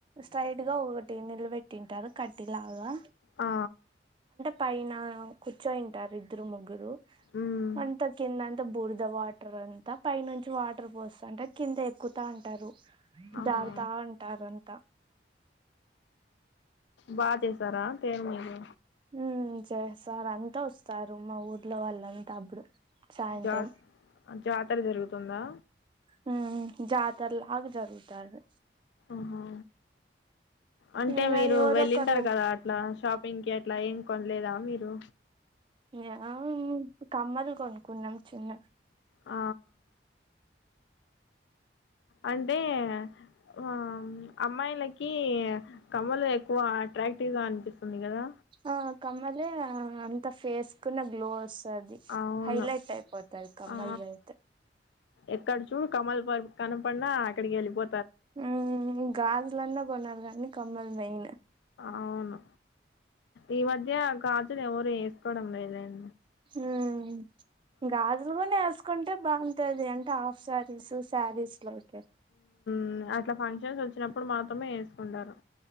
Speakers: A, on the right; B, on the left.
A: స్ట్రెయిట్ గా ఒకటి నిలబెట్టింటారు కట్టి లాగా
B: ఆ
A: పైన కుచో ఇంటారు ఇద్దరు ముగ్గురు
B: మ్మ్
A: అంత కిందం త బురద వాటర్ అంతా పై నుంచి వాటర్ పోస్త అంటే కింద ఎక్కుతా అంటారు
B: ఆహా
A: జారుతా అంటారు అంతా
B: బా చేసారా తెర్ మీది
A: హ్మ్ చేస్తారు అంతా వస్తారు మా ఊర్లో వాళ్ళంతా అప్పుడు సాయంత్రం
B: జా జాతర జరుగుతుందా
A: హ్మ్ జతరలాగ జరుగుతాది
B: ఆహా అంటే
A: ఇంగ
B: మీరు
A: ఎవరొకరు
B: వెళ్ళింటారు కదా అట్లా షాపింగ్ కి అట్లా ఏం కొనలేదా మీరు
A: ఏమ్ కమ్మల్ కొనుకున్నాం చిన్న
B: ఆ అంటే ఆ అమ్మాయిలకి కమ్మలు ఎక్కువ అట్రాక్టివ్ గా అనిపిస్తుంది కదా
A: ఆ కమ్మలే అంత ఫేస్ కు నా గ్లో వస్ తది
B: అవును
A: హైలైట్ అయిపోతా కమ్మల్
B: ఆ
A: పెడితే
B: ఎక్కడ చూడు కమ్మలు కనపడినా అక్కడికి వెళ్ళిపో
A: హ్మ్ గాజులన్న కొనరు కానీ కమ్మల్ మెయిన్
B: అవును ఈ మధ్య గాజులు ఎవరు వేసుకోవడం లేదం
A: హ్మ్ గాజులు కూనా ఎసుకుంటే బాగుంటది అంటే హాఫ్ శారీస్ శారీస్ లోకి
B: హ్మ్ అట్లా ఫంక్షన్స్ వచ్చినప్పుడు మాత్రమే వేసుకుంటారు